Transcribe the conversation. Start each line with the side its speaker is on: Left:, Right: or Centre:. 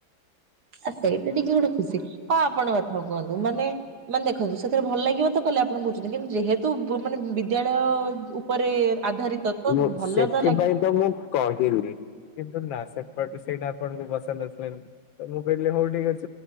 Right: ଆ ସେଇଟା ଟିକେ ଗୋଟେ ଖୁସି ହଁ ଆପଣ ଏଥର କୁହନ୍ତୁ ମାନେ ମାନେ ଦେଖନ୍ତୁ ସେଥିରେ ଭଲ ଲାଗିବ ତ କଲେ ଆପଣ କହୁଚନ୍ତି କିନ୍ତୁ ଯେହେତୁ ବୁଁ ମାନେ ବିଦ୍ୟାଳୟ ଉପରେ ଆଧାରିତ ତ
Left: ମୁଁ
Right: ଭଲ
Left: ସେଥିପାଇଁ
Right: ଲାଗି
Left: ତ ମୁଁ କହିଲି କିନ୍ତୁ ନା ସେପଟ ସେଇଟା ଆପଣଙ୍କୁ ପସନ୍ଦ ଆସିଲାନି ତ ମୁଁ କହିଲି ହଉ ଠିକ ଅଛି। କ